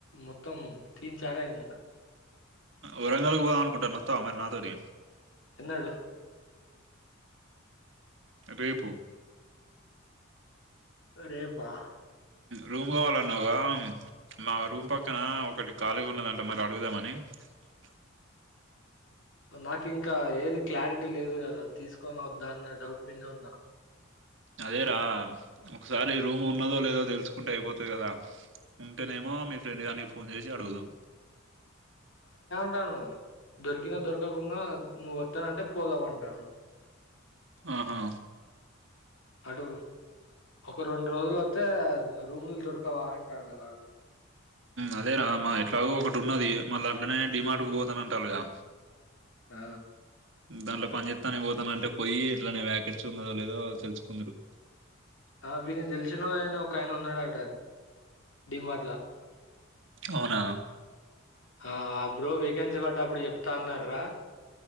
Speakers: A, on the left; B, on the right.
A: మొత్తం తీన్సార అయింది
B: వరంగల్కి పోదాం అనుకుంటాన నొత్తావ మరి నాతోటి
A: ఎన్నడు
B: రేపు
A: రేపా
B: రూమ్ కావాలన్నాగా మా రూమ్ పక్కన ఒకటి ఖాళీగా ఉన్నదంటే మరి అడుగుదామని అ
A: నాకు ఇంకా ఏది క్లారిటీ లేదు కదా తీసుకొని వద్దా అన్న డౌట్ మీదే ఉన్నా
B: అదేరా ఒకసారి రూమ్ ఉన్నదో లేదో తెలుసుకుంటే అయిపోతుంది కదా ఉంటేనేమో మీ ఫ్రెండ్ గానికి ఫోన్ చేసి అడుగుదు
A: వ దొరికినా దొరకకుండా నువ్వు వత్తానంటే పోదావ అంటాను
B: ఆహా
A: అరు ఒక రెండు రోజులు వత్తే రూములు దొరకవా అంటాండు వాడు
B: అదే రా మా ఎట్లాగో ఒకటి ఉన్నది మళ్ళీ అట్నే డిమార్ట్కు పోతాన అంటారుగా
A: ఆ
B: దాంట్లో పని చేత్తాను పోతాన అంటే పోయి ఎట్లనే వ్యాకెన్సీ ఉన్నదో లేదో తెలుసుకుందురు
A: ఆ వినికి తెలిసిన ఆయన ఒక ఆయన ఉన్నాడు అట డిమాట్లా
B: అవునా
A: ఆ అ బ్రో వేకెన్సీ పడ్డప్పుడు చెప్తా అన్నాడురా